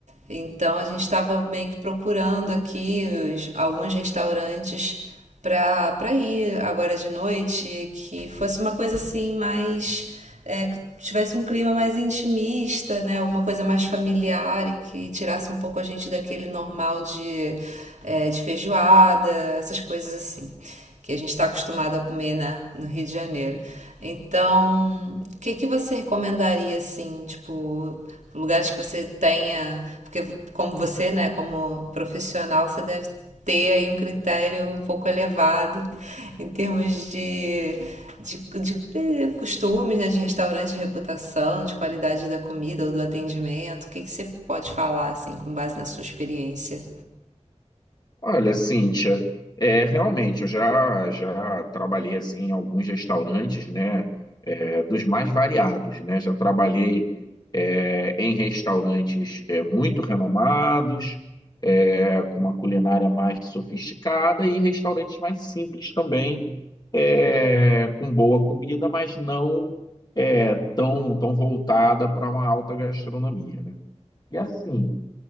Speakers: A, on the right (about 85°); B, on the left (about 35°).
A: Então a gente estava meio que procurando aqui os- alguns restaurantes pra, pra ir agora de noite, que fosse uma coisa assim mais. é, que tivesse um clima mais intimista, né? Alguma coisa mais familiar e que tirasse um pouco a gente daquele normal de, é, de feijoada, essas coisas assim. Que a gente está acostumado a comer né, no Rio de Janeiro. Então, o que que você recomendaria, assim, tipo, lugares que você tenha. Porque, como você, né, como profissional, você deve ter aí um critério um pouco elevado em termos de, de, de costumes, né, de restaurante, de reputação, de qualidade da comida ou do atendimento. O que, que você pode falar, assim, com base na sua experiência?
B: Olha, Cíntia, é, realmente, eu já, já trabalhei assim em alguns restaurantes, né, é, dos mais variados, né, já trabalhei é, em restaurantes é, muito renomados, é, com uma culinária mais sofisticada e restaurantes mais simples também, é, com boa comida, mas não é, tão, tão voltada para uma alta gastronomia, né? E assim,